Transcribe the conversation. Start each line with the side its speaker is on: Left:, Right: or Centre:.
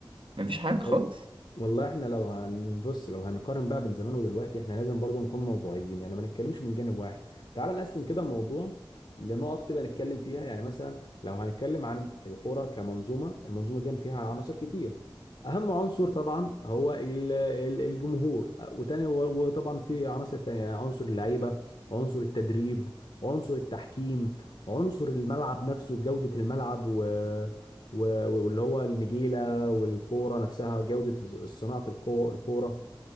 Right: مفيش حاجه خالص
Left: وال- والله احنا لو هنبص لو هنقارن بقى بين زمان ودلوقتي احنا لازم برضو نكون موضوعيين يعني ما نتكلمش من جانب واحد تعال نقسم كده الموضوع لنقط كده نتكلم فيها يعني مثلا لو هنتكلم عن الكورة كمنظومة المنظومة دي فيها عناصر كتير اهم عنصر طبعا هو ال- ال- الجمهور وتاني وطبعا في عناصر تانية يعني عنصر اللعيبة وعنصر التدريب وعنصر التحكيم وعنصر الملعب نفسه جودة الملعب و... و- واللي هو النجيلة والكوره نفسها جوده صناعه الكو- الكوره